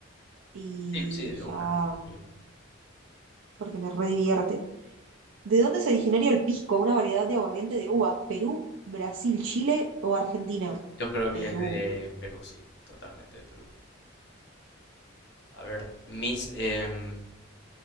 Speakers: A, on the right; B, on the left.
A: y
B: Sí, sí, de una.
A: ya,
B: de una.
A: porque me redivierte. ¿De dónde es originario el pisco? Una variedad de aguardiente de uvas. ¿Perú, Brasil, Chile o Argentina?
B: Yo creo
A: Perú.
B: que es de Perú, sí, totalmente de Perú. A ver, mis... em,